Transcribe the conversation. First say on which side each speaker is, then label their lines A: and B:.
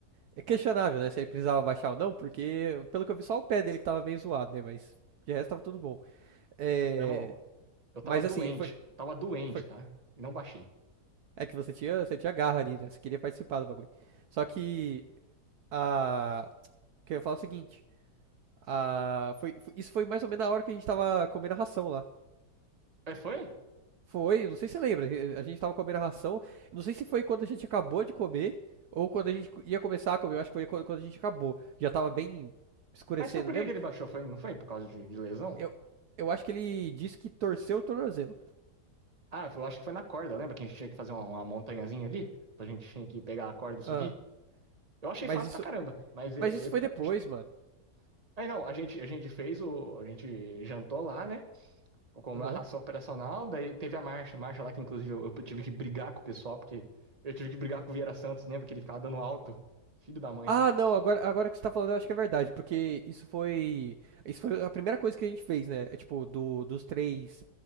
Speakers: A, on the right; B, on the right.
A: é questionável, né? Se ele precisava baixar ou não, porque, pelo que eu vi, só o pé dele que tava meio zoado, né? Mas de resto tava tudo bom. É,
B: Meu irmão, Eu tava
A: Mas
B: doente.
A: assim, foi,
B: Eu tava doente,
A: foi.
B: tá? E não baixei.
A: É que você tinha, você tinha garra ali, né? Você queria participar do bagulho. Só que a. Que eu ia falar o seguinte. A, foi, foi- isso foi mais ou menos na hora que a gente tava comendo a ração lá.
B: É, foi?
A: Foi, não sei se você lembra, a gente tava comendo a ração. Não sei se foi quando a gente acabou de comer ou quando a gente ia começar a comer. Eu acho que foi quando a gente acabou. Já tava bem escurecendo
B: Mas foi por
A: mesmo.
B: que que ele baixou? Foi, não foi por causa de, de lesão?
A: Eu, eu acho que ele disse que torceu o tornozelo.
B: Ah, eu acho que foi na corda, lembra que a gente tinha que fazer uma, uma montanhazinha ali? A gente tinha que pegar a corda e subir?
A: Ah,
B: Eu achei
A: mas
B: fácil
A: isso,
B: pra caramba, mas ele.
A: mas isso foi
B: ele-
A: depois,
B: acho que...
A: mano.
B: Aí não, a gente, a gente fez o. A gente jantou lá, né? Comeu
A: Aham.
B: a ração operacional, daí teve a marcha. Marcha lá que, inclusive, eu, eu tive que brigar com o pessoal, porque eu tive que brigar com o Vieira Santos, lembra que ele ficava dando alto? Filho da mãe.
A: Ah, não, agora, agora que você tá falando, eu acho que é verdade, porque isso foi. Isso foi a primeira coisa que a gente fez, né? É tipo, do, dos três